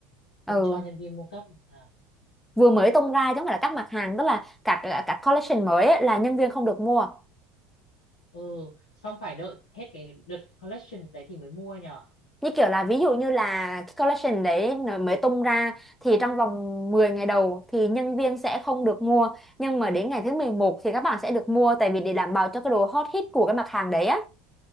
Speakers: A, in the centre; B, on the left (about 85°).
A: ừ
B: Không cho nhân viên mua cấp. À,
A: vừa mới tung ra chứ không phải là các mặt hàng tức là các các các collection mới ấy, là nhân viên không được mua
B: ừ, xong phải đợi hết cái đợt collection đấy thì mới mua nhở.
A: như kiểu là ví dụ như là cái collection đấy nó mới tung ra thì trong vòng 10 ngày đầu thì nhân viên sẽ không được mua nhưng mà đến ngày thứ 11 thì các bạn sẽ được mua tại vì để đảm bảo cho cái độ hot hit của cái mặt hàng đấy á